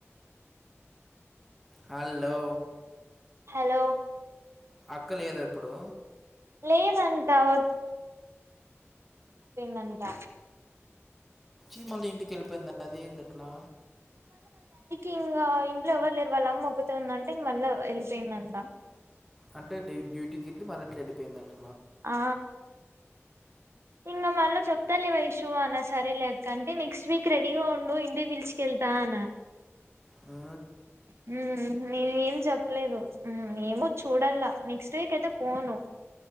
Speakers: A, in the centre; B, on the right.
A: హల్లో
B: హలో
A: ఆ అక్క లేదా ఇప్పుడు
B: లేదంట వ మందంట <unintelligible>
A: చీమ మాళ ఇంటికిళ్ళిపోయింది అది ఎందట్లా
B: ఇంగ ఇంట్లో ఎవ్వరు లేరు వాళ్ళ అమ్మ ఒక్కుతే ఉందంటే ఇంగా వళ్ళ వెళ్ళిపోయిందంట
A: అంటే డ డ్యూటీకి ఎల్లి మల్ల ఎట్లా వెళ్ళిపోయిందండి
B: ఆ ఇంగ మళ్ళ చెప్తాలే వైషూ అన్నా సరే లేక్క అంటే నెక్స్ట్ వీక్ రెడీగా ఉండు ఇంటి పిల్చికెళ్తా అనా
A: హా
B: హూ నే ఏం చెప్పలేదు ఏమో చూడల్లా నెక్స్ట్ వీక్ అయితే పోను